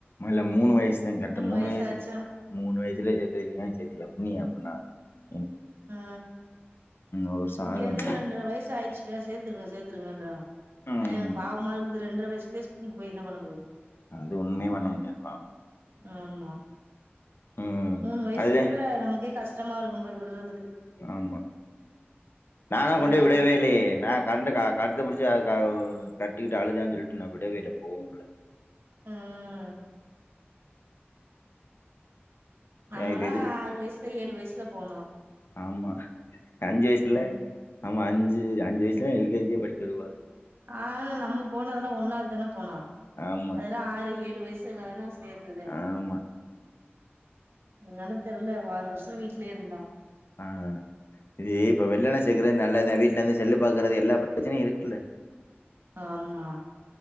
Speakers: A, on the left; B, on the right.
A: இல்ல மூணு வயசு தா கரட்டு மூணு
B: வயசாச்சு
A: வயசு மூணு வய ஜில சேத்ததுக்கு ஏன் சேத்திங்க <unintelligible>
B: ஆ
A: ஒரு வருஷம்
B: இங்க
A: ஆக
B: இருந்தே
A: வேண்டியதானே!
B: ரெண்ட்ர வயசு ஆயிட்ச்சு சேத்துருங்க சேத்தருங்கன்றாங்க
A: ம்.
B: ஆனா எனக்கு பாவமா இருக்து ரெண்ட்ர வயசுலயேஸ்கூல்க்கு போய் என்ன பண்ண போது
A: அது ஒண்ணுமே பண்ண முடியாதுப்பா
B: ஆமா
A: ம்.
B: மூணு வயசு
A: அதுதான்.
B: கூட நமக்கே கஷ் ஷ்டமா இருக்கூ போய் விட்றதுக்கு
A: ஆமா நானா
B: அவனே
A: கொண்டோய்
B: அழுதுருப்பா
A: வுடவே இல்லையே நா கர்ண்டு கா கட்டத்த புடிச்சி அ கவ் கட்டீட்டு அளுதாசொல்ட்டு நா விடவேல்ல போவும்ல்ல
B: ம் நம்மல்லா
A: இது எது
B: ஆறு வயசுல ஏளு வயசு ல போனோ
A: ஆமா அஞ்சு வயசுல
B: ம்
A: ஆமா அஞ்சு அஞ்சு வயச் எல்கேஜியே படிக்க விடுவாக
B: ஆ நம்ம போனதெல்லா ஒண்ணாவத் தான போனோ
A: ஆமா,
B: அதெல்லா ஆறு ஏளு வயசு <unintelligible> சேந்ததே
A: ஆமா.
B: அத்னால தெர்ல ஆறு வர்ஷோ வீட்லயே இருந்தா
A: ஆ இது இப்ப வெள்ளண சேக்குறது நல்லதா வீட்ல ருந்து செல்லு பாக்குறது எல்லா பெரச்சனயு இருக்குல்ல
B: ஆமா